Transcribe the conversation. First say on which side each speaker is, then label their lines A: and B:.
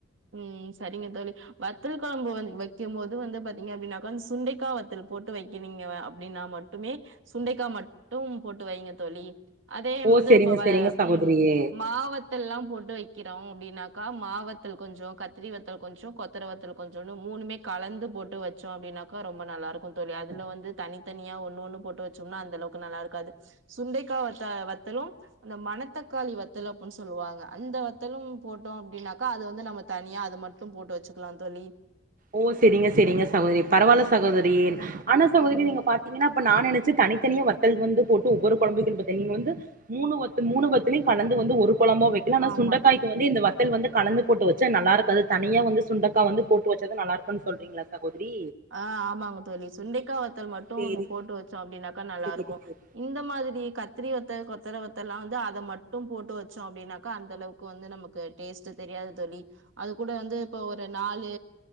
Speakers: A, on the right; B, on the right.
A: ம் சரிங்க தோழி வத்தல் கொழம்பு வந்து வைக்கும் போது வந்து பாத்தீங்க அப்டினாக்க சுண்டக்கா வத்தல் போட்டு வைக்கிறிங்க அப்டின்னா மட் மட்டுமே சுண்டைக்கா மட்டு போட்டு வைங்க தோழி அதே
B: ஓ
A: வந்து
B: செரிங்க
A: இப்ப வ
B: செரிங்க சகோதரி
A: ம் மாவத்தல்லா போட்டு வைக்கிறோ அப்டின்னாக்கா மாவத் தல் கொஞ்சோ கத்திரி வத்தல் கொஞ்சோ கொத்தர வத்தல் கொஞ்சோ மூணுமே கலந்து போட்டு வச்சோ அப்டின்னாக் க ரொம்ப நல்லா இருக்கு தோழி அதுல வந்து தனித்தனியா ஒண்ணு ஒண்ணு போட்டு வச்சோம்னா அந்த அளவுக்கு நல்லா இருக்காது சுண்டைக்கா வத்த வத்தலு அந்த மணத்தக்காளி வத்தல் அப்டின்னு சொல்லுவாங்க அந்த வத்தலு போட்டோ அப்டின்னாக் கா அது வந்து நம்ம தனியா அது மட்டு போட்டு வச்சுக்கலா தோழி
B: ஓ செரிங்க செரிங்க சகோதரி பரவாயில்ல சகோதரி ஆனா சகோதரி
A: ம்
B: நீங்க பாத்தீங்கன்னா அப்ப நா நெனச்சே தனித்தனிய வத் தல் வந்து போட்டு ஒவ்வொரு கொழம்பு வக்கணு பத்தே நீங்க வந்து மூணு வத் மூணு வத்தலயு கலந்து வந்து ஒரு கொழம்பா வைக் இலனா
A: ஆமா
B: சுண்டக்காய்க்கு வந்து இந்த வத்தல் வந்து கலந்து போட்டு வச்ச நல்லா இருக்காது தனியா வந்து சுண்டக்கா வந்து போட்டு வச்சதா நல்லா இருக்கும்ன்னு சொல்றீங்களா சகோதரி
A: ஆ ஆமாங்க தோழி சுண்டைக்கா வத்தல் மட்டு
B: சேரி
A: நம்ம போட்டு வச்சோ அப்டின்னாக்கா நல்லா இருக்கு
B: சேரி சேரி
A: இந்த மாதிரி கத்திரி வத்த கொத்தர வத்தல்லா வந்து அந்த மட்டு போட்டு வச்சோனாக்கா அந்தளவுக்கு வந்து நமக்கு கு டேஸ்ட் தெரியாது தோழி அது கூட வந்து இப்போ ஒரு நாலு